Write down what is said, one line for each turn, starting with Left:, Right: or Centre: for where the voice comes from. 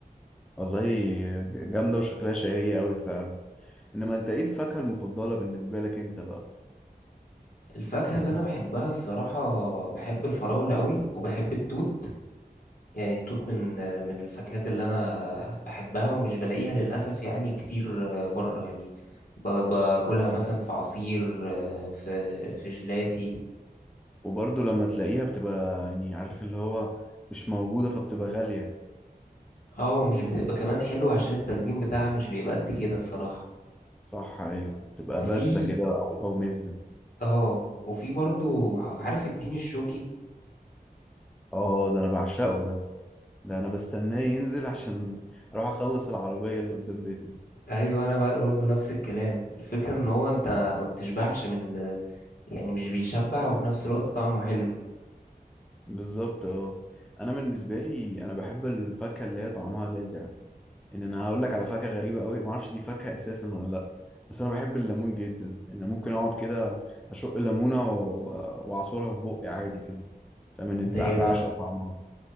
Centre: والله جامدة وشكلها شهية قوي ف انما انت ايه الفاكهة المفضلة بالنسبة لك انت بقى
Left: الفاكهة اللي أنا بحبها الصراحة بحب الفراولة أوي وبحب التوت يعني التوت من من الفاكهات اللي انا بحبها ومش بلاقيها للاسف يعني كتير بره يعني ب- باكلها
Centre: اه
Left: مثلا في عصير في في جيلاتي
Centre: وبرضه لما تلاقيها بتبقى يعني عارف اللي هو مش موجودة فبتبقى غالية
Left: اه ومش بتبقى كمان حلوة عشان التخزين بتاعها مش بيبقى قد كده الصراحة
Centre: صح ايوه بتبقى
Left: وفي
Centre: باسلة كده او او مزة
Left: اه وفي برضو عارف التين الشوكي
Centre: اه ده انا بعشقه ده ده انا بستناه ينزل عشان اروح اخلص العربية اللي قدام بيتنا
Left: ايوه انا بقى برضو نفس الكلام الفكرة ان هو انت ما بتشبعش من ال... يعني مش بيشبع وفي نفس الوقت طعمه حلو
Centre: بالظبط اه انا بالنسبة لي انا بحب الفاكهة اللي هي طعمها لاذع ان انا هقول لك على فاكهة غريبة قوي ما اعرفش دي فاكهة اساسا ولا لا بس انا بحب الليمون جدا ان أنا ممكن اقعد كده اشق الليمونة و- واعصرها في بقي عادي كده فمن
Left: ده
Centre: بعشق
Left: ايه ده
Centre: طعمها